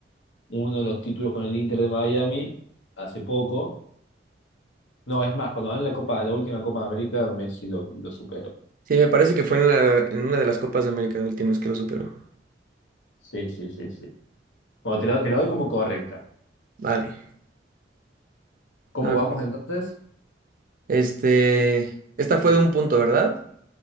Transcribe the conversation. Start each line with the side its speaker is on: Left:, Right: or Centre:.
Left: uno de los títulos con el Inter de Miami hace poco, no, es más, cuando ganó la Copa, la última Copa de América, Messi lo, lo superó.
Right: Sí, me parece que fue en la, en una de las Copas de América últimas que lo superó.
Left: Sí, sí, sí, sí. Bueno, te la, te la doy como correcta.
Right: Vale.
Left: ¿Cómo
Right: A ver.
Left: vamos entonces?
Right: Este. Esta fue de un punto, ¿verdad?